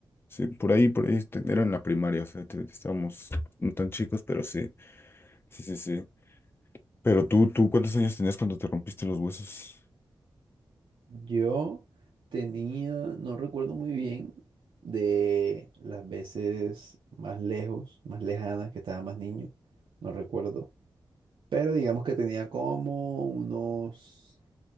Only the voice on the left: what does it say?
Sí, por ahí, por ahí, te- era en la primaria, o sea, te- estábamos no tan chicos, pero sí, sí, sí, sí. Pero tú, tú, ¿cuántos años tenías cuando te rompiste los huesos?